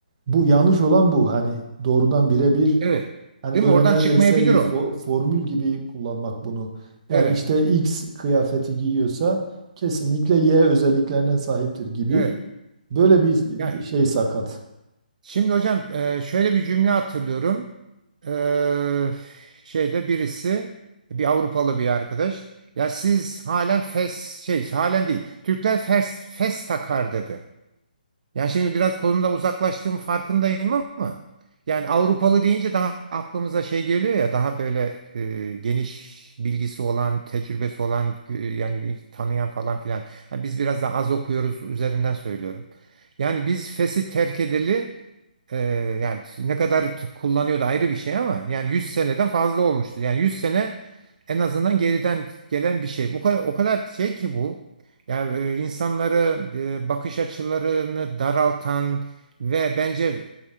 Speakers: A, on the right (about 35°); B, on the right (about 50°).
A: Bu yanlış olan bu. Hani doğrudan birebir
B: Evet.
A: hani
B: Değil
A: böyle
B: mi? Oradan
A: neredeyse
B: çıkmayabilir
A: bir
B: o.
A: fo- formül gibi kullanmak bunu. Yani
B: Evet.
A: işte X kıyafeti giyiyorsa kesinlikle Y özelliklerine sahiptir gibi.
B: Evet.
A: Böyle bir
B: Ya,
A: şey sakat.
B: şimdi hocam e, şöyle bir cümle hatırlıyorum. E, şeyde birisi bir Avrupalı bir arkadaş. Ya siz halen fes şey halen değil. Türkler fes fes takar dedi. Yani şimdi biraz konumdan uzaklaştığım farkındayım ama yani Avrupalı deyince daha aklımıza şey geliyor ya daha böyle e, geniş bilgisi olan, tecrübesi olan e, yani bir tanıyan falan filan. Ha, biz biraz daha az okuyoruz üzerinden söylüyorum. Yani biz FES'i terk edeli ee, yani ne kadar t- kullanıyordu ayrı bir şey ama yani 100 seneden fazla olmuştu. Yani 100 sene en azından geriden gelen bir şey. Bu kadar o kadar şey ki bu. Yani e, insanları e, bakış açılarını daraltan ve bence